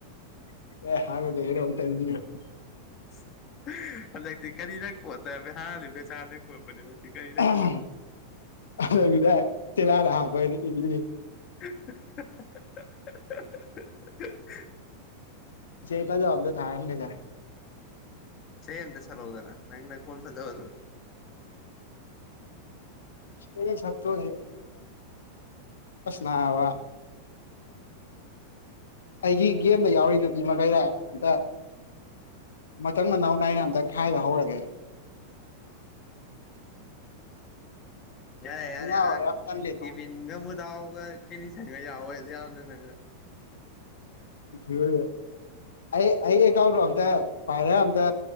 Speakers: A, on the left; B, on the left.
A: <unintelligible>
B: <unintelligible>
A: <unintelligible>
B: ꯀꯣꯠꯅꯤ <unintelligible>
A: <unintelligible>
B: ꯏꯁꯩ ꯑꯃꯇ ꯁꯛꯂꯛ ꯎꯗꯅ ꯅꯪ ꯅꯈꯣꯟ ꯐꯖꯕꯗꯨ
A: <unintelligible> ꯑꯩꯒꯤ ꯒꯦꯝꯗ ꯌꯥꯎꯔꯤꯗꯨ ꯃꯤ ꯃꯈꯩꯗ ꯑꯝꯇ ꯃꯊꯪ ꯃꯅꯥꯎ ꯅꯥꯏꯩꯅ ꯑꯝꯇ ꯈꯥꯏꯕ ꯍꯧꯔꯒꯦ
B: <unintelligible> ꯌꯥꯔꯦ ꯌꯥꯏꯔꯦ
A: ꯑꯩ ꯅꯥꯕ
B: ꯑ
A: ꯌꯥꯝ ꯇꯜꯂꯦ
B: ꯀꯤꯚꯟꯒ
A: ꯇꯧꯔꯤ
B: ꯃꯗꯥꯑꯣ ꯀꯅꯤ ꯆꯪꯒ ꯌꯥꯑꯣꯗ ꯌꯥꯝꯅ ꯅ
A: ꯊ ꯑꯩ ꯑꯩ ꯑꯦꯀꯥꯎꯟꯗꯣ ꯑꯝꯇ ꯄꯥꯏꯔ ꯑꯝꯇ